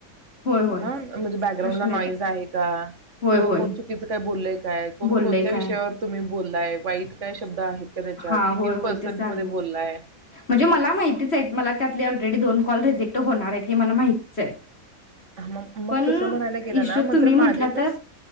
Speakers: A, on the left; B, on the right.
A: होय होय
B: हा म्हणजे बॅकग्राउंडला
A: प्रश्न
B: नॉईज
A: येतात
B: आहे का,
A: होय
B: किंवा
A: होय.
B: कोण चुकीचं काय बोललंय काय, कोण
A: बोललंय
B: कोणत्या विषयावर
A: काय?
B: तुम्ही बोललाय वाईट काय शब त आहे का त्याच्यात
A: हां
B: किती
A: होय होय
B: पर्सेंट
A: ते चालेल.
B: मध्ये काय अ?
A: म्हणजे मला माहितीच आहेत, मला त्यातले ऑलरेडी दोन कॉल रिजेक्ट होणार आहेत. हे मला माहित
B: हां, मग मग
A: पण
B: तसं म्हणायला गेलं
A: इशु
B: ना मग
A: तुम्ही
B: तर
A: म्हटल
B: माझे पण
A: तर,